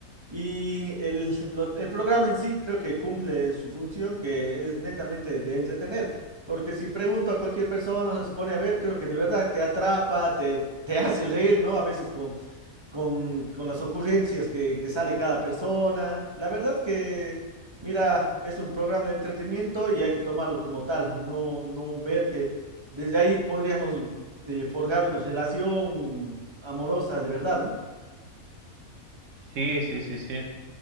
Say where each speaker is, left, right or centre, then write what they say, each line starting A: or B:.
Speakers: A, on the right; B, on the right.
A: Y el, lo- el programa en sí creo que cumple su función, que es netamente de entretener. Porque si pregunto a cualquier persona, se pone a ver, creo que de verdad te atrapa, te, te hace reír, ¿no? A veces con, con las ocurrencias que, que sale cada persona. La verdad que, mira, es un programa de entretenimiento y hay que tomarlo como tal, no, no ver que desde ahí podríamos eh, forjar una relación amorosa de verdad, ¿no?
B: Sí, sí, sí, sí.